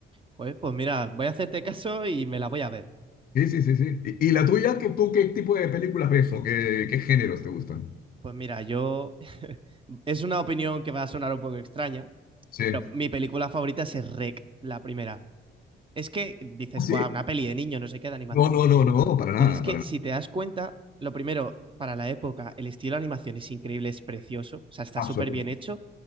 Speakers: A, on the right; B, on the left.
A: Joder, pues mira, voy a hacerte caso y me la voy a ver.
B: Sí, sí, sí, sí. ¿Y, y la tuya? ¿Qué, tú qué tipo de películas ves o qué, qué géneros te gustan?
A: Pues mira, yo... <laughs> Es una opinión que va a sonar un poco extraña,
B: Sí.
A: pero mi película favorita es Rec, la primera. Es que dices,
B: Ah, Sí.
A: wow, una peli de niño, no sé qué, de animación.
B: No, no, no, no, para nada,
A: Pero es que
B: para
A: si
B: nada.
A: te das cuenta, lo primero, para la época, el estilo de animación es increíble, es precioso, o sea, está
B: Absolutamente.
A: súper bien hecho,